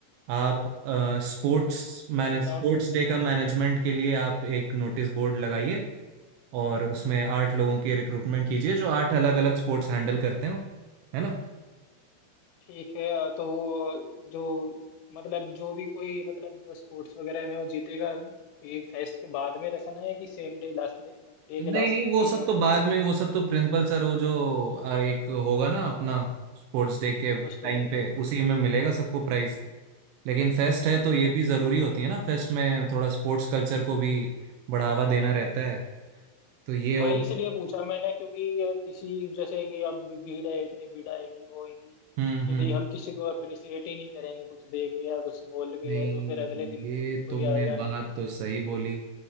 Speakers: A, on the right; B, on the left.
A: आप स्पोर्ट्स
B: ठीक है नोट
A: मैनेज
B: डाउन
A: स्पोर्ट्स
B: कर लिया
A: डे
B: मैंने
A: का मैनेजमेंट के लिए आप एक नोटिस बोर्ड लगाइए और उसमें आठ
B: ठीक
A: लोगों
B: ठीक
A: की रिक्रूटमेंट कीजिए जो आठ अलग अलग स्पोर्ट्स हैंडल करते हो है ना
B: ठीक है तो जो मतलब जो भी कोई मतलब स्पोर्ट्स वगैरह में वो जीतेगा ये फेस्ट के बाद में रखना है कि same day last day day
A: नहीं
B: के लास्ट
A: नहीं वो
B: में
A: सब
B: ही हमें
A: तो बाद
B: ना उसका
A: में वो सब तो प्रिंसिपल सर हो जो अ, एक होगा ना अपना स्पोर्ट्स डे के टाइम
B: होस्ट होंगे
A: पे
B: हाँ
A: उसी में मिलेगा सबको प्राइज लेकिन फेस्ट है तो ये
B: अच्छा
A: भी जरूरी होती है ना फेस्ट में थोड़ा स्पोर्ट्स कल्चर को भी बढ़ावा देना रहता है तो ये हो
B: वही
A: गया
B: इसलिए पूछा मैंने क्योंकि ये किसी जैसे कि अब भीड़ है इतनी भीड़ आएगी वो होगी
A: हम्म
B: यदि
A: हम्म
B: हम किसी को अप्रिशिएट ही नहीं करेंगे कुछ दे के या कुछ बोल के
A: नहीं
B: तो फिर अगले दिन कौन
A: ये
B: कोई
A: तुमने
B: आएगा
A: बात
B: नहीं ना
A: तो सही बोली